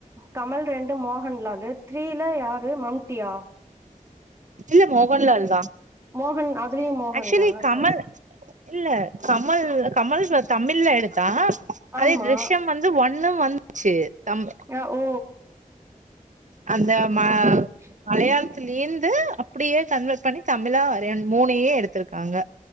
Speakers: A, on the right; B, on the right.
A: கமல் ரெண்டு மோகன்லாலு த்ரீல யார் மம்டியா
B: இல்ல
A: பாத்த
B: மோகன்லால்
A: மாதிரி இருக்கு
B: தா
A: மோகன் அதுலயும் மோகன்
B: ஆக்சுவலி
A: தானா
B: கமல்
A: சரி சரி
B: இல்ல கமல் கமல் சார் தமிழ்ல எடுத்தா அதே
A: ஆமா
B: திர்ஷயம் வந்து இது ஒண்ணும் வந்துச்சு தம்
A: ஆஹ் ஓ
B: அந்த ம
A: ஓகே ஓகே
B: மலையாள லேந்து அப்டியே கன்வெர்ட் பண்ணி தமிழா வரைய மூணயே எடுத்திருக்காங்க